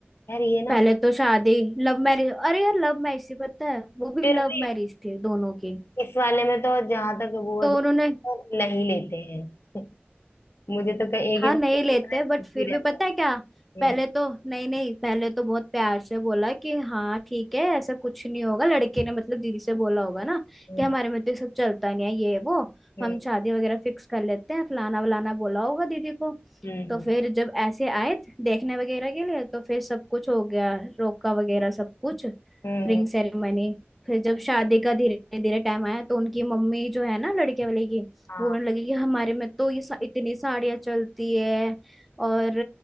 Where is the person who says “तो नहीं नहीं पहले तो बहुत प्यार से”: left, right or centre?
Centre